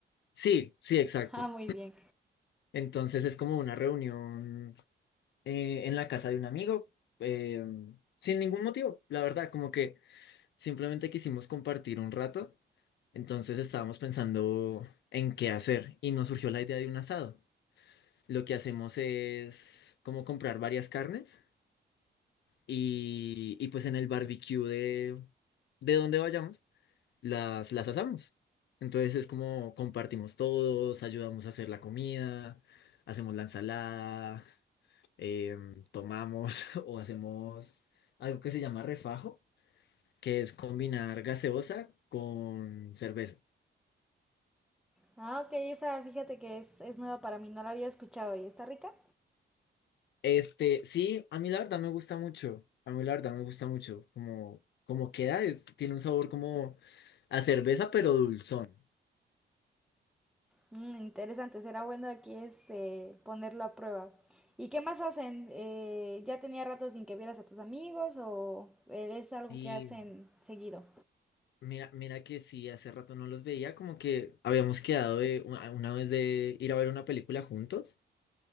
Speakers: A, on the left; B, in the centre.
A: Sí, sí, exacto.
B: Ah, muy bien.
A: Entonces es como una reunión eh, en la casa de un amigo, em, sin ningún motivo, la verdad, como que simplemente quisimos compartir un rato, entonces estábamos pensando en qué hacer y nos surgió la idea de un asado. Lo que hacemos es como comprar varias carnes. y, y pues en el barbecue de, de donde vayamos, las, las asamos. Entonces es como compartimos todos, ayudamos a hacer la comida, hacemos la ensalada, em, tomamos <laughs> o hacemos algo que se llama refajo, que es combinar gaseosa con cerveza.
B: Ah, ok, esa fíjate que es, es nueva para mí, no la había escuchado y está rica.
A: Este, sí, a mí la verdad me gusta mucho, a mí la verdad me gusta mucho, como, como queda, es, tiene un sabor como a cerveza pero dulzón.
B: Mm, interesante, será bueno aquí este ponerlo a prueba. ¿Y qué más hacen? Eh, ¿ya tenía rato sin que vieras a tus amigos o eh, es algo
A: Sí,
B: que hacen seguido?
A: Mira, mira que sí, hace rato no los veía, como que habíamos quedado de una una vez de ir a ver una película juntos,